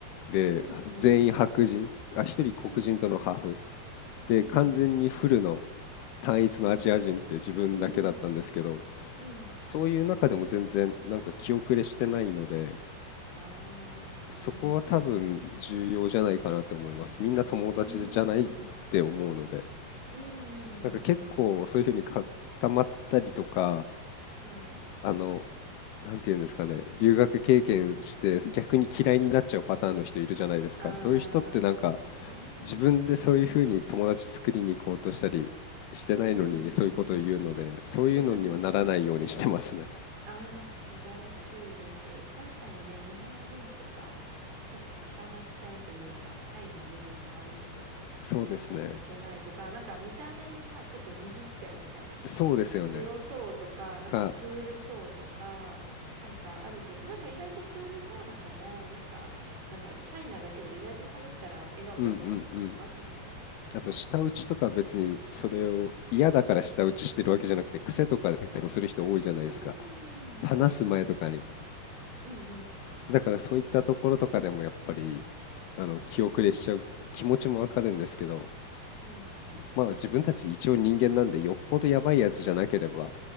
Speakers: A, on the left (about 75°); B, on the right (about 70°).
A: で、
B: うん、うん、
A: 全員白人、あ、一人黒人とのハーフ。
B: うん、
A: で、
B: うん、
A: 完全にフルの単一のアジア人って自分だけだったんですけど、
B: うん、うん。<laughs> うん。
A: そういう中でも全然なんか気後れしてないので、
B: ああ、素晴らしい。
A: そこは多分重要じゃないかなって思います。みんな友達じゃないって思うので、
B: うーん。うんうんうんうん。
A: なんか結構そういうふうに固まったりとか、
B: はい。
A: あの、なんていうんですかね、留学経験して逆に嫌いになっちゃうパターンの人いるじゃないですか。
B: ああ、
A: そういう人ってなんか
B: そうですね。
A: 自分でそういうふうに友達作りに行こうとしたりしてないのにそういうことを言うので、
B: うーん。
A: そういうのにはならないようにしてますね。
B: <laughs>
A: <laughs>
B: ああ、素晴らしいです。確かにね、日本人とか結構固まっちゃうというか、シャイな部分もあるので、
A: そうですね。
B: 話しに行けないとか、なんか見た目で、まあちょっとビビっちゃうみたいな。
A: そうですよね。
B: なんか強そうとか、なんかクールそうとか、
A: か、
B: なんかあるけど、なんか意外とクールそうな子も、なんか、なんだろう、シャイなだけで意外と喋ったら笑顔だったりとかしますもんね。
A: うんうんうん。あと舌打ちとか別にそれを嫌だから舌打ちしてるわけじゃなくて癖とかで結構する人多いじゃないですか。
B: うん。うーん、
A: 話す前とかに
B: 確かに。うんうん。
A: だからそういったところとかでもやっぱりあの気後れしちゃう気持ちもわかるんですけど、
B: うん、
A: まあ自分たち一応人間なんでよっぽどやばいやつじゃなければ